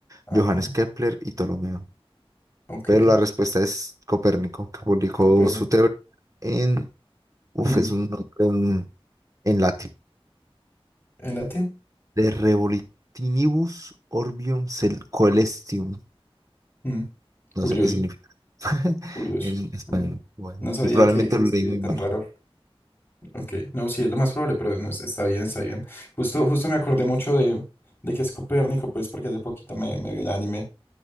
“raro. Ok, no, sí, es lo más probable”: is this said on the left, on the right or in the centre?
Left